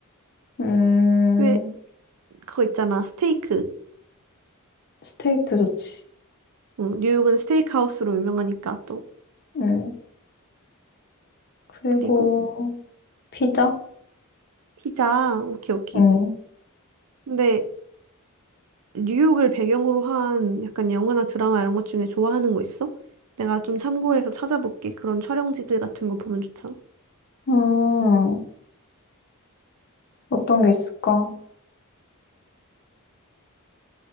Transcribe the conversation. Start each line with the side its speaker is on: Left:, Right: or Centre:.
Left: 음,
Right: 왜 그거 있잖아 스테이크
Left: 스테이크 좋지.
Right: 응, 뉴욕은 스테이크하우스로 유명하니까 또
Left: 음, 그리고
Right: 그리고
Left: 피자?
Right: 피자 오케이 오케이
Left: 음,
Right: 근데 뉴욕을 배경으로 한 약간 영화나 드라마 이런 것 중에 좋아하는 거 있어? 내가 좀 참고해서 찾아볼게 그런 촬영지들 같은 거 보면 좋잖아
Left: 음, 어떤 게 있을까?